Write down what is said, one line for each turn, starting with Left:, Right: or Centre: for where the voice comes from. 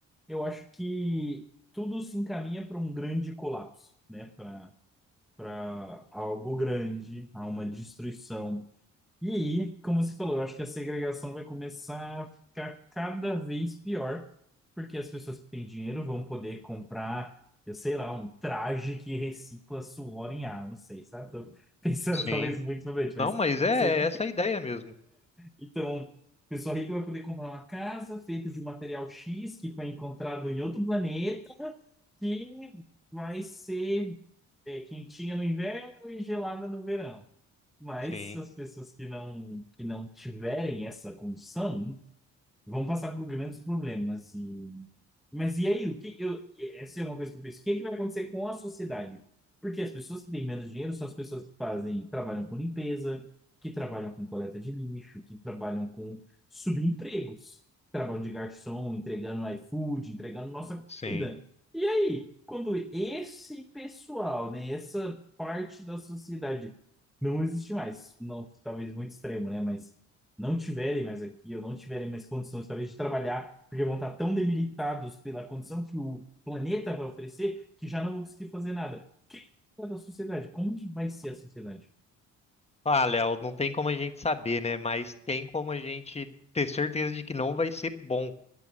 Centre: eu acho que tudo se encaminha para um grande colapso, né? Para para algo grande, a uma destruição. E aí, como você falou, eu acho que a segregação vai começar a ficar cada vez pior, porque as pessoas que têm dinheiro vão poder comprar, eu sei lá, um traje que recicla suor em ar, não sei, sabe? Tô pensando
Left: Sim.
Centre: <laughs> talvez muito novamente, mas
Left: Não, mas é,
Centre: você
Left: é essa a ideia mesmo.
Centre: então, pessoa rica vai poder comprar uma casa feita de um material X que foi encontrado em outro planeta, que vai ser é, quentinha no inverno e gelada no verão. Mas
Left: Sim,
Centre: as pessoas que não, que não tiverem essa condição vão passar por grandes problemas. E mas e aí, o que eu, essa é uma coisa que eu penso. O que, é que vai acontecer com a sociedade? Porque as pessoas que têm menos dinheiro são as pessoas que fazem, trabalham com limpeza, que trabalham com coleta de lixo, que trabalham com subempregos, trabalham de garçom, entregando iFood, entregando nossa comida.
Left: sim.
Centre: E aí, quando esse pessoal, né, essa parte da sociedade não existe mais, não, talvez muito extremo, né, mas não tiverem mais aqui, ou não tiverem mais condições, talvez, de trabalhar, porque vão estar tão debilitados pela condição que o planeta vai oferecer, que já não vão conseguir fazer nada. O que que da sociedade? Como que vai ser a sociedade?
Left: Ah, Léo, não tem como a gente saber, né? Mas tem como a gente ter certeza de que não vai ser bom,